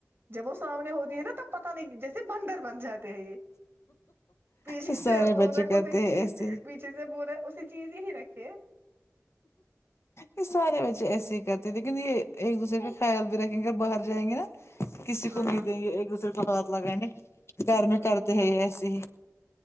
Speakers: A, on the right (about 40°); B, on the left (about 55°).
A: جب وہ سامنے ہوتی ہے نا تب پتہ نہیں جیسے بندر بن جاتے ہیں یہ پیچھے
B: یہ سارے
A: سے بول
B: بچے
A: رہا
B: کرتے
A: اسی چیز
B: ہیں ایسے ہی
A: پیچھے سے بو رہا ہے اسی چیز یہی رکھے
B: یہ سارے بچے ایسے ہی کرتے ہیں لیکن یہ ایک دوسرے کا خیال بھی رکھیں گے اگر باہر جائیں گے نا کسی
A: ہاں
B: کو نہیں
A: ہاں
B: دیں گے ایک دوسرے کو ہاتھ لگانے گھر
A: ہوں،
B: میں کرتے ہیں یہ ایسے ہی